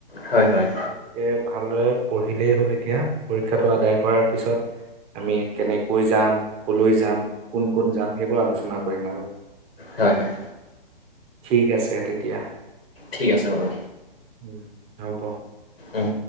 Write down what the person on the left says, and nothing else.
হয় হয়
হয় হয়
ঠিক আছে বাৰু
অহ